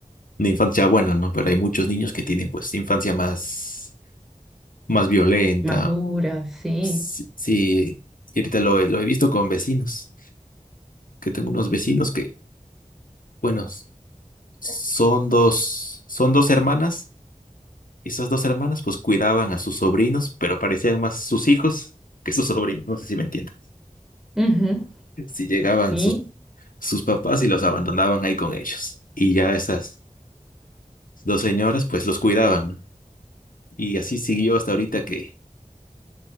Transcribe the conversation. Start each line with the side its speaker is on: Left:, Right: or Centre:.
Left: una infancia buena, ¿no? Pero hay muchos niños que tienen pues infancia más, más violenta.
Centre: Más duras, sí.
Left: Sí, sí, y ahorita lo, he- lo he visto con vecinos, que tengo unos vecinos que, bueno, s- son dos, son dos hermanas. Esas dos hermanas pues cuidaban a sus sobrinos, pero parecían más sus hijos que sus sobrinos, no sé si me entiendes.
Centre: Ujú.
Left: si llegaban
Centre: Y,
Left: sus, sus papás y los abandonaban ahí con ellos. Y ya esas dos señoras pues los cuidaban, ¿no? Y así siguió hasta ahorita que